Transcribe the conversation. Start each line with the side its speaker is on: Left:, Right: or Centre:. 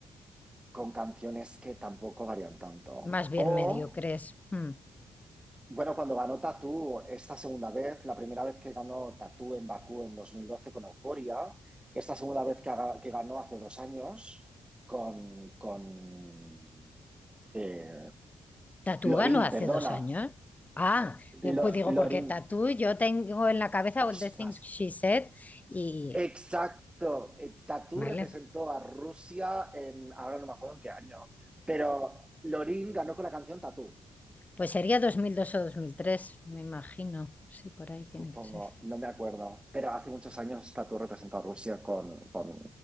Right: con canciones que tampoco varían tanto.
Left: más bien
Right: O
Left: mediocres. Hmm.
Right: Bueno, cuando ganó Tatú esta segunda vez, la primera vez que ganó Tatú en Bakú en 2012 con Euforia, esta segunda vez que, haga- que ganó hace dos años con, con eh,
Left: ¿Tatú
Right: Lorín,
Left: ganó hace
Right: perdona.
Left: dos años? Ah, eh,
Right: Lo-
Left: pues digo,
Right: Lorín,
Left: porque Tatú yo tengo en la cabeza
Right: ostras,
Left: All the Things She Said y,
Right: exacto. Eh, Tatú
Left: vale,
Right: representó a Rusia en, ahora no me acuerdo en qué año, pero Lorin ganó con la canción Tatú.
Left: pues sería 2002 o 2003, me imagino. Sí, por ahí tiene
Right: Supongo,
Left: que ser.
Right: no me acuerdo, pero hace muchos años Tatu representó a Rusia con, con,